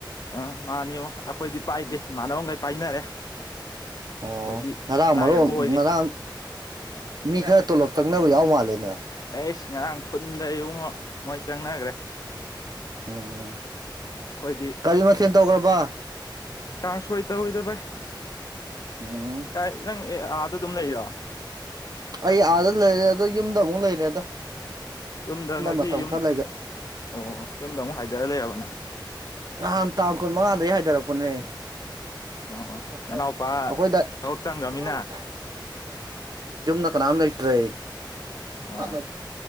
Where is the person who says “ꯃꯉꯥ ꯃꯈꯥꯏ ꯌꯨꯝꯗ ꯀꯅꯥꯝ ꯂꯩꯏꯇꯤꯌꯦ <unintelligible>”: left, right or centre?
Right